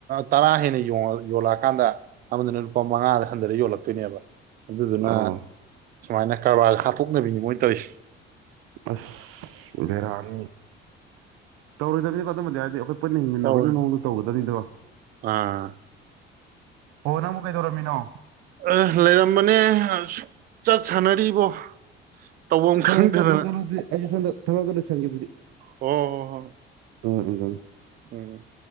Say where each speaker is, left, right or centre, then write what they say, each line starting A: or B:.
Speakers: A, on the right; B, on the right.
A: ꯇꯔꯥ ꯍꯦꯟꯅ ꯌꯣꯜꯂꯛꯑꯀꯥꯟꯗ ꯑꯃꯗꯨꯅ ꯂꯨꯄꯥ ꯃꯉꯥꯗ ꯍꯟꯊꯔ ꯌꯣꯜꯂꯛꯇꯣꯏꯅꯦꯕ ꯑꯗꯨꯗꯨꯅ
B: ꯑꯣ
A: ꯁꯨꯃꯥꯏꯅ ꯀꯔꯕꯥꯔ ꯍꯥꯠꯇꯣꯛꯅꯅꯕꯅꯤ ꯃꯣꯏꯅ ꯇꯧꯔꯤꯁꯦ
B: ꯑꯁ ꯕꯦꯔꯥꯅꯤ ꯇꯧꯔꯣꯏꯗꯕꯅꯤꯀꯣ ꯑꯗꯨꯝꯕꯗꯤ ꯍꯥꯏꯔꯗꯤ ꯑꯩꯈꯣꯏ ꯄꯨꯟꯅ ꯍꯤꯡꯃꯤꯟꯅꯕꯒꯤ
A: ꯇꯧꯔꯦ
B: ꯃꯑꯣꯡꯗ ꯇꯧꯒꯗꯕꯅꯤꯗꯕ
A: ꯑꯥ
B: ꯑꯣ ꯅꯪꯕꯨ ꯀꯩꯗꯧꯔꯝꯃꯤꯅꯣ
A: ꯑ ꯂꯩꯔꯝꯕꯅꯦ ꯆꯠ ꯁꯥꯟꯅꯔꯤꯕꯣ ꯇꯧꯐꯝ
B: ꯍꯣ
A: ꯈꯪꯗꯗꯅ
B: ꯍꯣ ꯆꯠꯂꯣ ꯆꯠꯂꯣ ꯑꯩꯁꯨꯗ ꯊꯥꯕꯛ ꯑꯃꯥꯇ ꯂꯣꯢꯁꯟꯒꯦ
A: ꯍꯣ ꯍꯣ ꯍꯣ
B: ꯁꯣꯝꯗ <inaudible>
A: ꯎꯝ